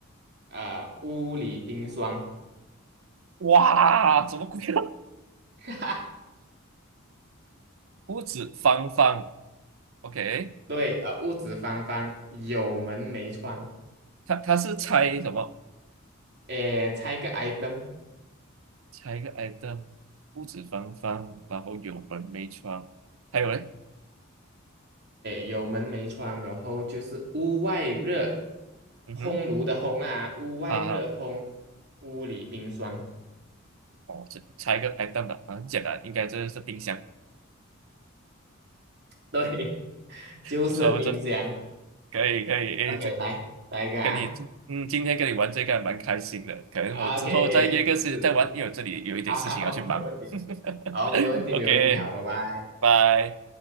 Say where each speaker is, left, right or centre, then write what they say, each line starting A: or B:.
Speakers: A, on the right; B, on the right.
A: 啊、屋里冰霜。
B: <laughs> 哇，怎么鬼啊？
A: <laughs>
B: 屋子方方，OK，
A: 对，呃，屋子方方，有门没窗。
B: 他他是猜什么？
A: 诶，猜个 item，OK，
B: 猜一个 item，屋子方方，然后有门没窗，还有嘞，
A: 有门没窗，然后就是屋外热，
B: 嗯哼，
A: 烘炉的烘啊，屋外热烘，
B: 啊，
A: 屋里冰霜。
B: 哦，这猜一个 item 吧。啊很简单，应该这是冰箱。
A: 对，<laughs> 就是冰箱。
B: 不错，不错，可以可以，诶，
A: OK，
B: 这
A: 来，下一个啊。
B: 跟你嗯，今天跟你玩这个还蛮开心的，可能我之后再约个时间再玩，
A: OK，OK，是，
B: 因为我这里有一点事情要去忙。
A: 好好，没问题，
B: <laughs>
A: 好，没问题，
B: OK，
A: 没问题，好，拜拜。
B: 拜。